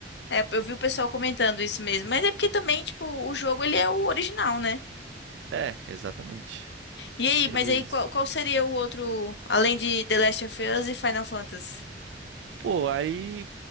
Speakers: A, on the left (about 65°); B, on the right (about 80°).
A: É, eu vi o pessoal comentando isso mesmo, mas é porque também, tipo, o jogo ele é o original, né?
B: É, exatamente.
A: E aí,
B: Eles
A: mas aí qual, qual seria o outro, além de The Last of Us e Final Fantasy?
B: Pô, aí.